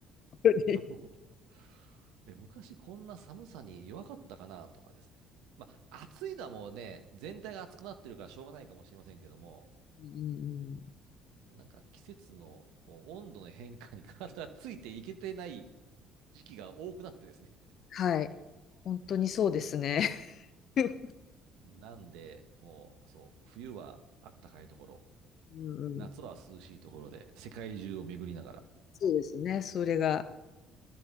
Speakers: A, on the left (about 55°); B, on the right (about 75°).
A: 本当に
B: <laughs> え、昔こんな寒さに弱かったかなとかですね。まあ、暑いのはもうね、全体が暑くなってるからしょうがないかもしれませんけども、
A: うんうんうん
B: なんか季節のこう温度の変化に体がついていけてない時期が多くなってですね。
A: <laughs> はい。本当にそうですね。<laughs>
B: なんで、もう、そう、冬はあったかいところ、
A: うんうん、
B: 夏は涼しいところで、世界中を巡りながら。
A: そうですね。それが、